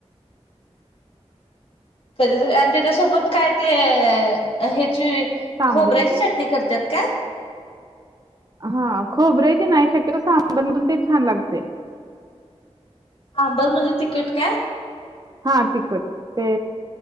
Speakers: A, on the left; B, on the right.
A: कधीतर आणि त्याच्यासोबत काय ते अ ह्याची
B: सांबर
A: खोबऱ्याची चट ती करत्यात का?
B: हां खोबरयाची नाही, शक्यतो सांबारमधून ते छान लागतय.
A: आंबर म्हणजे, तिकट काय?
B: हां तिकट ते